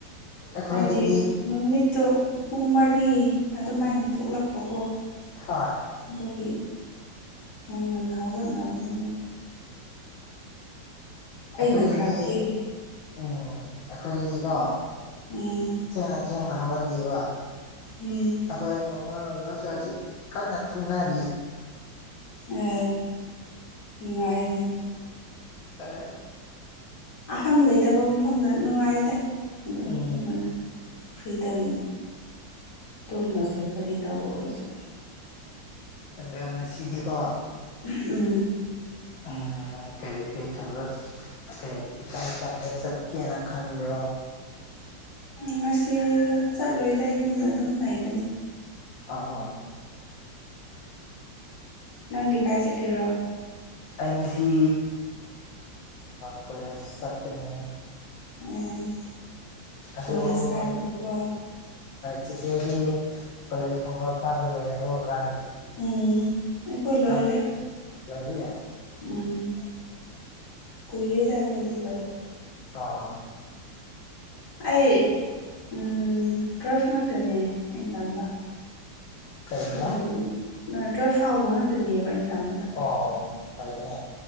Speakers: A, on the left; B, on the left.
A: ꯑꯩꯈꯣꯏꯗꯗꯤ
B: ꯍꯥꯏꯗꯤ ꯅꯨꯃꯤꯠꯇꯣ ꯄꯨꯡ ꯃꯔꯤ ꯑꯗꯨꯃꯥꯏꯅ ꯊꯣꯛꯂꯛꯄꯀꯣ
A: ꯍꯣꯏ
B: ꯑꯗꯨꯒꯤ ꯌꯥꯝ ꯉꯟꯅ ꯍꯧꯒꯠꯅꯕꯅꯦ ꯃꯣꯏꯗꯤ ꯑꯩꯅ
A: ꯑꯩꯈꯣꯏꯗꯤ
B: ꯈꯔ ꯊꯦꯡꯉꯦ
A: ꯎꯝ ꯑꯩꯈꯣꯏꯗꯤꯀꯣ
B: ꯎꯝ
A: ꯊꯦꯡꯅ ꯊꯦꯡꯅ ꯍꯧꯍꯜꯂꯤꯕ
B: ꯎꯝ
A: ꯑꯩꯈꯣꯏ ꯃꯃꯥ ꯕꯕꯥꯁꯨ ꯍꯧꯖꯤꯛ ꯀꯟꯅ ꯇꯨꯝꯅꯔꯤꯌꯦ
B: ꯑ ꯅꯨꯡꯉꯥꯏꯅꯦ
A: ꯑ
B: ꯑꯍꯟ ꯂꯩꯇꯕ ꯃꯐꯝꯗ ꯅꯨꯡꯉꯥꯏꯗ ꯑꯗꯨꯝ
A: ꯎꯝ
B: ꯑꯗꯨꯃꯅ ꯐ꯭ꯔꯤꯗꯝ ꯇꯃꯁꯨ ꯀꯔꯤ ꯇꯕ ꯑꯣꯏꯁꯨ
A: ꯑꯦꯗ ꯁꯤꯗꯤꯗꯣ
B: ꯎꯝ
A: ꯎꯝ ꯀꯔꯤ ꯀꯔꯤ ꯊꯕꯛ ꯀ ꯀꯥꯏ ꯀꯥꯏꯗ ꯆꯠꯀꯦꯅ ꯈꯟꯕ꯭ꯔꯣ
B: ꯉꯁꯤ ꯆꯠꯂꯣꯏꯗ ꯌꯨꯝꯗ ꯑꯗꯨꯝ ꯂꯩꯒꯅꯤ
A: ꯑꯥ
B: ꯅꯪꯗꯤ ꯀꯥꯏꯆꯠꯀꯦꯔꯣ
A: ꯑꯩ ꯉꯁꯤ ꯀꯣꯂꯦꯖ ꯆꯠꯀꯅꯤ
B: ꯎꯝ
A: ꯑꯗꯣ
B: ꯀꯣꯂꯦꯖ ꯀꯥꯔꯤꯕꯀꯣ
A: ꯁꯤꯆꯤꯆꯦꯗꯤ ꯀꯣꯂꯦꯖ ꯀꯨꯝꯕ ꯀꯥꯕ ꯂꯩꯔꯒ ꯀꯥ
B: ꯎꯝ ꯑꯩꯈꯣꯏ ꯂꯣꯏꯔꯦ
A: ꯀ ꯂꯒꯦ
B: ꯎꯝ ꯀꯨꯏꯔꯦꯗꯂꯣꯏꯕ ꯂ
A: ꯑꯣ
B: ꯑꯩ ꯎ ꯇ꯭ꯔꯁ ꯉꯥꯛꯇꯅꯦ ꯑꯩꯅ ꯇꯝꯕ
A: ꯀꯩꯅꯣ
B: ꯇꯨ ꯊꯥꯎꯖꯟ ꯇ꯭ꯋꯦꯜꯐ ꯐꯥꯎꯕ ꯉꯥꯛꯇꯅꯦꯕ ꯏꯟꯇꯝꯃꯗ
A: ꯑꯣ ꯐꯩꯅꯩ